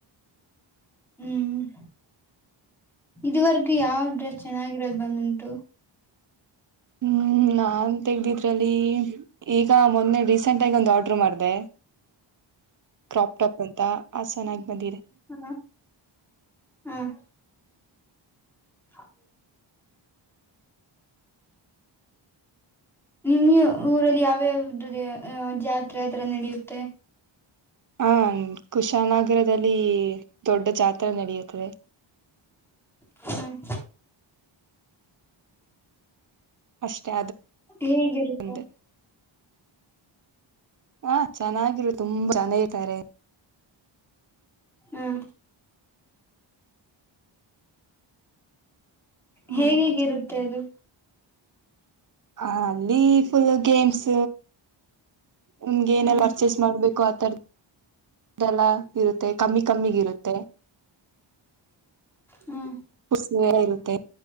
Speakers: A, in the centre; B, on the right (about 40°).
A: ಹ್ಮ್ ಹ್ಮ ಇದುವರೆಕ ಯಾವ ಡ್ರೆಸ್ ಚೆನ್ನಾಗಿರೋದು ಬಂದಂತೂ
B: ಹ್ಮ್ ನಾನ್ ತಗ್ದಿದ್ರಲ್ಲಿ ಈಗ ಮೊನ್ನೆ ರೀಸೆಂಟ್ ಆಗಿ ಆರ್ಡರ್ ಒಂದ್ ಮಾಡ್ದೆ ಕ್ರಾಪ್ಟಪ್ ಅಂತ ಅ ಚೆನ್ನಾಗಿ ಬಂದೀಿರಿ
A: ಹ್ಮ ಹ್ಮ್ ಹೌ ನಿಮ್ಮ ಊರಲ್ಲಿ ಯಾವ್ಯ ಯಾವ್ದ ಜಾತ್ರೆ ಯ ತರ ನಡೆಯುತ್ತೆ
B: ಹ ಕುಶನಗರದಲ್ಲಿ ದೊಡ್ಡ ಜಾತ್ರೆಾ ನಡೆಯುತ್ತದೆ
A: ಹ್ಮ್
B: ಅಷ್ಟೇ
A: ಹೇಗಿರುತ್ತೆ
B: ಅದೊಂದು ಹಾ ಚೆನ್ನಾಗಿರು ತುಂಬಾ ಚೆನ್ನ ಇದ್ದಾರೆ
A: ಹಾ್ ಹೇಗೆ
B: ಮತ್ತೆ
A: ಹೇಗಿರುತ್ತೆ ಅದು
B: ಹ ಅಲ್ಲಿ ಫುಲ್ ಗೇಮ್ಸ್ ನಿಮ್ಗೆ ಏನೆಲ್ಲ
A: ಹ್ಮ್
B: ಪರ್ಚೇಸ್ ಮಾಡ್ಬೇಕು ಆತರದ್ ಅದೆಲ್ಲ ಇರುತ್ತೆ ಕಮ್ಮಿ ಕಮ್ಮಿಗ ಇರುತ್ತೆ
A: ಹ್ಮ್
B: ತೆ ಓಸ್ ನೆರೆ ಇರುತ್ತೆ